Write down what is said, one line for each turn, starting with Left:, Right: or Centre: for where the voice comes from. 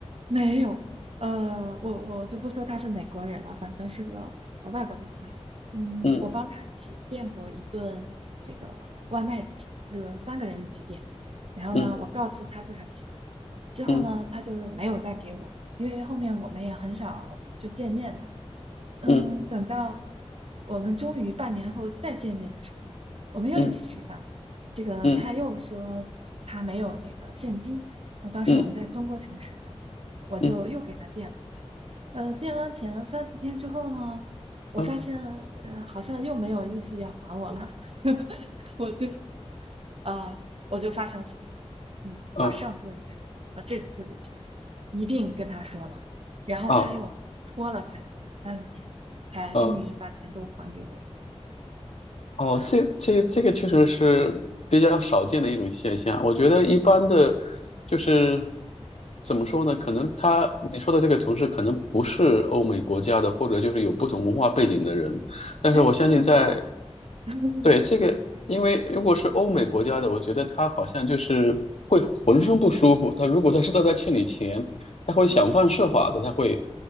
Right: 没有，呃，我我就不说他是哪国人了，反正是个呃外国的朋友。嗯，
Left: 嗯
Right: 我帮他一起垫过一顿这个外卖的钱，呃，三个人一起点。然后呢，
Left: 嗯
Right: 我告知他多少钱，之后呢，
Left: 嗯
Right: 他就没有再给我，因为后面我们也很少就见面了。嗯，
Left: 嗯
Right: 等到我们终于半年后再见面的时候，我们又一起吃饭。
Left: 嗯
Right: 这个他又说他没有这个现金啊，
Left: 嗯
Right: 当时我们在中国城吃饭，
Left: 嗯
Right: 我就又给他垫了一次。
Left: 嗯嗯
Right: 呃，垫完钱三四天之后呢，我发现呃好像又没有意思要还我了，
Left: 啊
Right: <laughs> 我就呃，我就发消息给他，嗯，
Left: 啊
Right: 把上次的钱和这次的钱一并跟他说了，然后他又拖了三天、
Left: 啊
Right: 三四天，才终于把钱都还给我。
Left: 啊？哦，这这这个确实是比较少见的一种现象。我觉得一般的，就是怎么说呢？可能他你说的这个同事可能不是欧美国家的，或者就是有不同文化背景的人。但是我相信在，
Right: 哎，你怎么知道？<laughs>
Left: 对，这个，因为如果是欧美国家的，我觉得他好像就是会浑身不舒服。他如果他知道他欠你钱，他会想方设法的，
Right: 嗯嗯
Left: 他会